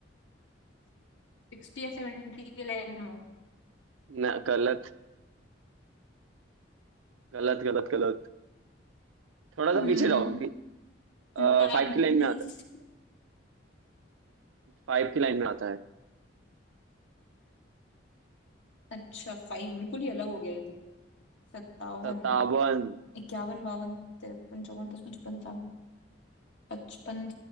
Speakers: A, on the left; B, on the right.
A: सिक्सटी या सेवेंटी की लाइन में
B: न गलत गलत गलत गलत थोड़ा
A: हम्म
B: सा पीछे जाओ आ,
A: 90s
B: फाइव की लाइन में आता है फाइव की लाइन में आता है
A: अच्छा फाइव बिल्कुल ही अलग हो गया ये तो सत्तावन
B: सत्तावन
A: इक्यावन बावन तिरपन चौवन पचपन छप्पन पचपन